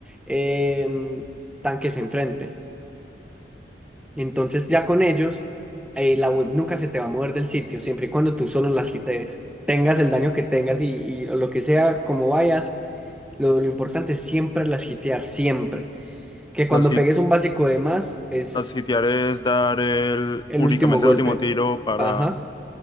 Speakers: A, in the centre; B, on the left.
A: em, tanques enfrente. Entonces ya con ellos, eh, la web nunca se te va a mover del sitio, siempre y cuando tú solo las quites, tengas el daño que tengas y, y lo que sea, como vayas, lo, lo importante es siempre las hitear, siempre. Que
B: Las,
A: cuando
B: hit-
A: pegues un básico de más es
B: las hitear es dar el,
A: el
B: únicamente
A: último golpe.
B: el último tiro para,
A: Ajá,